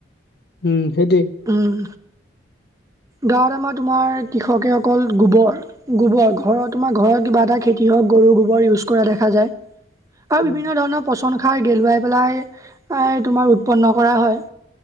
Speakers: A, on the left; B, on the right.
A: উম। সেইটোৱেই
B: উম।
A: <unintelligible>
B: গাঁৱত আমাৰ তোমাৰ কৃষকে অকল গোবৰ গোবৰ ঘৰ তোমাৰ ঘৰত কিবা এটা খেতি হয় ক গৰু গোবৰ ইউজ কৰা দেখা যায় আৰু
A: উম
B: বিভিন্ন ধৰণৰ পচন সাৰ গেলুৱাই পেলাই এ তোমাৰ উৎপন্ন কৰা হয়